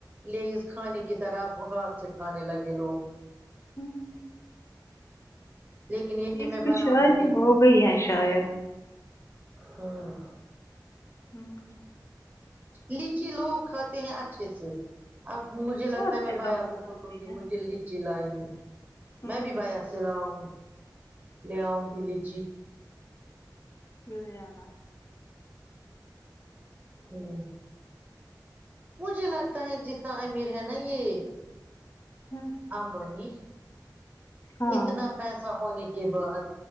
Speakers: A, on the right; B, on the left.
A: لیز کھانے کی طرح ہاتھ سے کھانے لگے لوگ
B: ہمم
A: لیکن یہ
B: اس
A: میں
B: پہ
A: بناؤں
B: شادی
A: گی ایک
B: ہو
A: دن
B: گئی ہے شاید
A: ہوں
B: ہمم
A: لیچی لوگ کھاتے ہیں اچھے سے اب مجھے لگتا
B: بہت
A: ہے میں
B: سے
A: بایا
B: لوگ کھاتے
A: کو بولوں گی
B: ہیں
A: مجھے لیچی لائے
B: ہوں
A: میں بھی بایا چلاؤں لے آؤں گی لیچی
B: لے آنا
A: ہوں مجھے لگتا ہے جتنا امیر ہے نا یہ
B: ہاں
A: امبانی
B: ہاں
A: اتنا پیسہ ہونے کے بعد